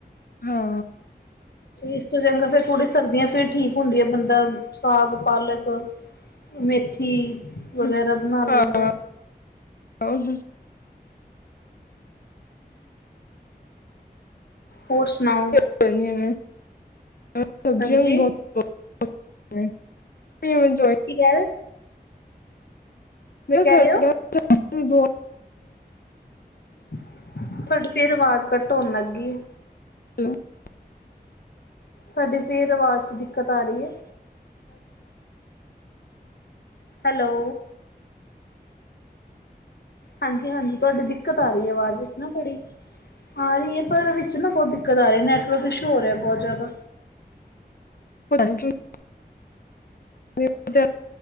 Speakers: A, on the left; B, on the left.
A: ਹਾਂ
B: ਇਸ ਤੋਂ ਚੰਗਾ ਫਿਰ ਥੋੜੀ ਸਰਦੀਆਂ ਫੇਰ ਠੀਕ ਹੁੰਦੀਆਂ ਬੰਦਾ ਸਾਗ ਪਾਲਕ ਮੇਥੀ
A: <unintelligible>
B: ਵਗੈਰਾ ਬਣਾ ਲੈਂਦਾ। ਹੋਰ ਸੁਣਾਓ
A: <unintelligible>
B: ਹਾਂਜੀ,
A: <unintelligible>
B: ਕੀ ਕੈ ਰੇ
A: ਮੇਰਾ
B: ਕਹਿ
A: ਸਰ
B: ਰਹੇ ਹੋ?
A: <unintelligible>
B: ਤੁਹਾਡੀ ਫੇਰ ਆਵਾਜ਼ ਕਟ ਹੋਣ ਲੱਗ ਗਈ ਏ
A: <inaudible>
B: ਤੁਹਾਡੀੇ ਫੇਰ ਆਵਾਜ਼ ਚ ਦਿੱਕਤ ਆ ਰਹੀ ਹੈ ਹੈਲੋ ਹਾਂਜੀ ਹਾਂਜੀ ਤੁਹਾਡੀ ਦਿੱਕਤ ਆ ਰਹੀ ਹੈ ਆਵਾਜ਼ ਵਿੱਚ ਨਾ ਥੋੜੀ ਆ ਰਹੀ ਹੈ ਪਰ ਵਿੱਚ ਨਾ ਬੋਤ ਦਿੱਕਤ ਆ ਰਹੀ ਨੈਟਵਰਕ ਇਸ਼ੂ ਹੋ ਰਿਹਾ ਬਹੁਤ ਜ਼ਿਆਦਾ
A: <inaudible> <unintelligible>